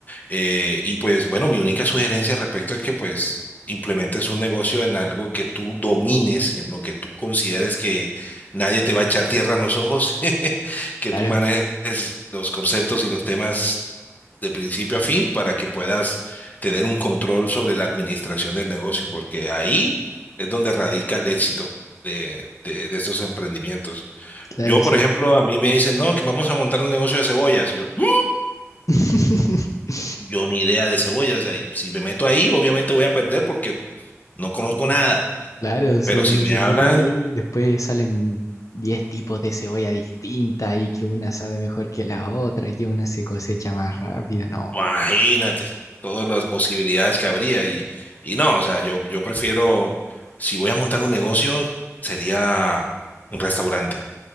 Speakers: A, on the left; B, on the left.
A: Eh, y pues bueno, mi única sugerencia al respecto es que pues implementes un negocio en algo que tú domines, en lo que tú consideres que nadie te va a echar tierra en los ojos, <laughs> que
B: claro,
A: tú manejes los conceptos y los temas de principio a fin para que puedas tener un control sobre la administración del negocio, porque ahí es donde radica el éxito de, de de estos emprendimientos.
B: claro,
A: Yo, por
B: sí.
A: ejemplo, a mí me dicen, no, que vamos a montar un negocio de cebollas. Yo, "Mm,
B: <laughs>
A: yo ni idea de cebollas. ahí si me meto ahí, obviamente voy a perder porque no conozco nada.
B: Claro, o sea,
A: Pero si
B: uno
A: me
B: se
A: hablan,
B: mete ahí y después salen 10 tipos de cebolla distinta y que una sabe mejor que la otra, que una se cosecha más rápido. No,
A: imagínate todas las posibilidades que habría. Y, y no, o sea, yo, yo prefiero, si voy a montar un negocio, sería un restaurante.